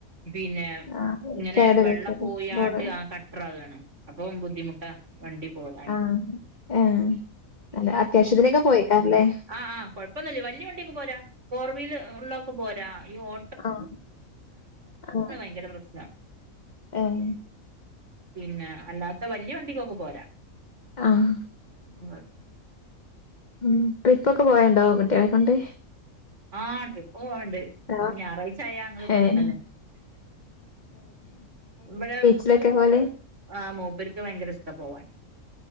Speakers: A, on the right; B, on the left.
A: പിന്നെ
B: ആഹ്
A: ഇങ്ങനെ
B: കേടരുത്
A: വെള്ളം
B: കേട
A: പോയ്യാണ്ട്
B: റോഡ്
A: ആ കട്ട്രാകാണ് അപ്പൊ ബുദ്ധിമുട്ടാ വണ്ടി പോരാൻ
B: ആഹ്‌ ഏഹ് അല്ല ആ അത്യാവശ്യത്തിനൊക്കെ പോയിക്കാറല്ലേ
A: ആഹ്‌ ആഹ്‌ കൊഴപ്പൊന്നില്ല വെല്ല്യ വണ്ടിയൊക്കെ പോരാ ഫോർ വീല് ഉള്ളൊക്കെ പോരാ ഈ ഓ
B: ആഹ്‌ ആഹ്‌
A: ങ്കര പ്രശ്ന
B: ആം
A: പിന്നെ അല്ലാത്ത വെല്യ വണ്ടിക്കൊക്കെ പോരാ
B: ആഹ്‌
A: വ
B: ഉം ട്രിപ്പൊക്കെ പോയണ്ടോ കുട്ടിയാളെ കൊണ്ട്
A: ആഹ് ട്രിപ്പ്‌ പോവാണ്ട്
B: ഹലോ
A: ഞായറാഴ്ച ആയാ ഞങ്ങള് പൊർത്തന്നെ
B: ഏഹ്
A: ഇവിടെ
B: എവിടെക്കാ പോവല്
A: ആഹ്‌ മൂപ്പർക്ക് ഭയങ്കര ഇഷ്ടാ പോവാൻ